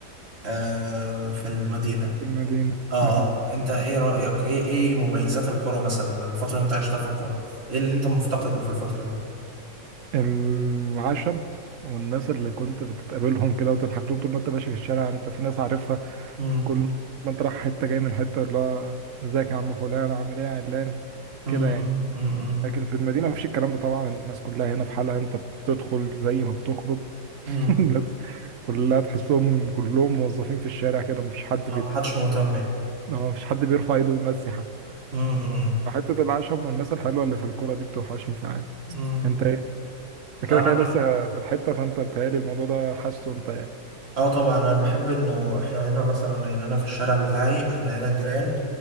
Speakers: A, on the right (about 45°); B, on the right (about 70°).
A: آه، في المدينة
B: المدينه
A: اه
B: <laughs>
A: اه انت ايه رأيك ايه ايه مميزات القرى مثلا الفترة اللي انت عشتها في القرى ايه اللي انت مفتقده في الفترة دي
B: العشم والناس اللي كنت بتتقابلهم كده وتضحك لهم طول ما انت ماشي في الشارع انت في ناس عارفها
A: امم
B: في كل ما انت رايح حتة جاي من حتة اللي هو ازيك يا عم فلان عامل ايه يا علان
A: امم
B: كده يعني
A: امم
B: لكن في المدينة مفيش الكلام ده طبعا الناس كلها هنا في حالها انت بتدخل زي ما بتخرج
A: امم
B: <laughs> الناس كلها تحسهم كلهم موظفين في الشارع كده مفيش حد بيت...
A: اه محدش مهتم يعني
B: اه مفيش حد بيرفع ايده يمسي حتى
A: امم امم
B: حتة العشم والناس الحلوة اللي في الكرة دي بتوحشني ساعات
A: أمم.
B: انت انت
A: انا
B: كده كده
A: بال-
B: لسه في الحتة فانت بتهيألي الموضوع ده حاسه انت يعني
A: اه طبعا انا بحب انه احنا هنا مثلا يعني انا في الشارع بتاعي احنا هنا جيران